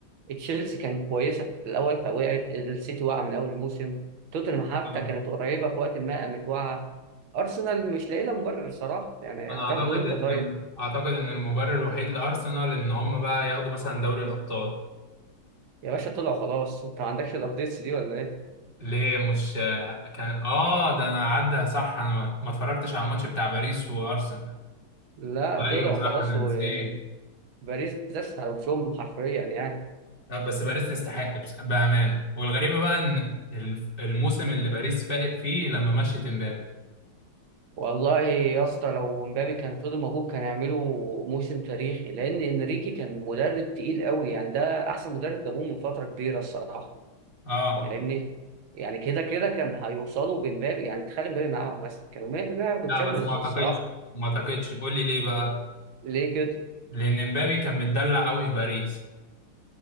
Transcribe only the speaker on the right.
تشيلسي كانت كويسة في الأول فوقعت السيتي واقعة من أول الموسم توتنهام
حتى كانت قريبة في وقت ما قامت واقعة أرسنال مش لاقي لها مبرر الصراحة يعني
هتاخده
إمتى
طيب
يا باشا طلعوا خلاص أنت ما عندكش الأبديتس دي ولا إيه؟
لا طلعوا
خلاص
وباريس
دست على وشهم حرفيا يعني
والله يا اسطى لو مبابي كان فضل موجود كان هيعملوا موسم تاريخي لان انريكي كان مدرب تقيل قوي يعني ده احسن مدرب جابوه من فتره كبيره الصراحه
فاهمني يعني كده كده كان هيوصلوا بمبابي يعني تخلي مبابي معاهم مثلا كانوا 100% هياخدوا
الشامبيونز
الصراحه
ليه كده